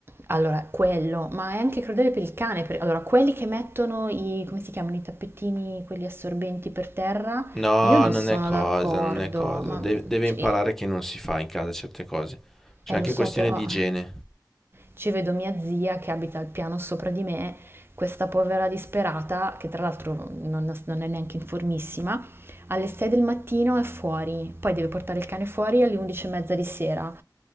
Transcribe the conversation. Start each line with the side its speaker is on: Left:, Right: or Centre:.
Right: Allora, quello, ma è anche crudele per il cane, per- allora quelli che mettono i, come si chiamano, i tappetini, quelli assorbenti per terra,
Centre: No,
Right: io non
Centre: non
Right: sono
Centre: è cosa,
Right: d'accordo,
Centre: non è cosa.
Right: ma
Centre: De- deve
Right: cioè,
Centre: imparare che non si fa in casa certe cose. C'è
Right: eh,
Centre: anche
Right: lo so
Centre: questione
Right: però...
Centre: di igiene.
Right: Ci vedo mia zia che abita al piano sopra di me, questa povera disperata, che tra l'altro non, non è neanche informissima, alle 6 del mattino è fuori, poi deve portare il cane fuori alle 11 e mezza di sera.